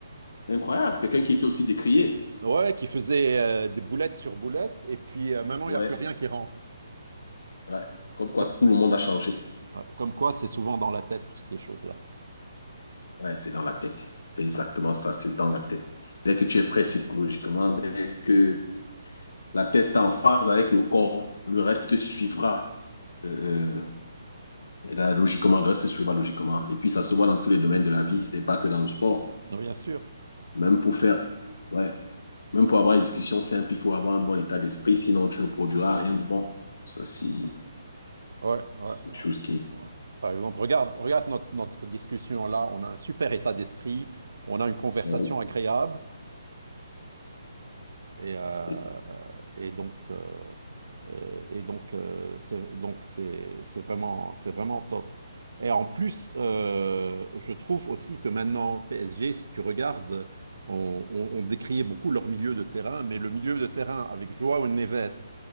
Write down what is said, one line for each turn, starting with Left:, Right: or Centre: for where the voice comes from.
Left: Incroyable, quelqu'un qui était aussi décrié.
Right: Ouais, qui faisait euh, des boulettes sur boulettes, et puis euh, maintenant,
Left: Ouais,
Right: il n'y a plus rien qui rentre.
Left: ouais, comme quoi
Right: Co-
Left: tout le monde a changé.
Right: ouais, Comme, quoi, c'est souvent dans la tête, toutes ces choses-là.
Left: Ouais, c'est dans la tête, c'est exactement ça, c'est dans la tête. Dès que tu es prêt psychologiquement, dès que la tête est en phase avec le corps, le reste suivra. Euh, euh, Et là, logiquement, le reste suivra logiquement. Et puis, ça se voit dans tous les domaines de la vie. C'est pas que dans le sport.
Right: Non, bien sûr.
Left: Même pour faire, ouais, même pour avoir une discussion simple, il faut avoir un bon état d'esprit. Sinon, tu ne produiras rien de bon. Ça, c'est
Right: Ouais, ouais,
Left: quelque
Right: ouais,
Left: chose qui est.
Right: ouais. Par exemple, regarde, regarde notre, notre discussion là, on a un super état d'esprit, on a une conversation
Left: Ouais.
Right: agréable et, euh,
Left: Et-
Right: et donc euh, et, et donc euh, c'est donc c'est c'est vraiment c'est vraiment top. Et en plus, euh, je trouve aussi que maintenant PSG, si tu regardes, on, on, on décriait beaucoup leur milieu de terrain, mais le milieu de terrain avec Joao Neves,